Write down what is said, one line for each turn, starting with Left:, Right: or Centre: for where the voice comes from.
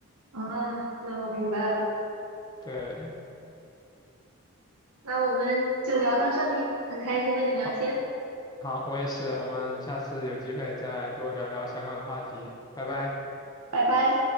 Right: 啊，那我明白了。
Left: 对，
Right: 那我们就聊到这里，很开心和你聊天，
Left: 好，好，我也是，我们下次有机会再多聊聊相关的话题，拜拜。
Right: 拜拜。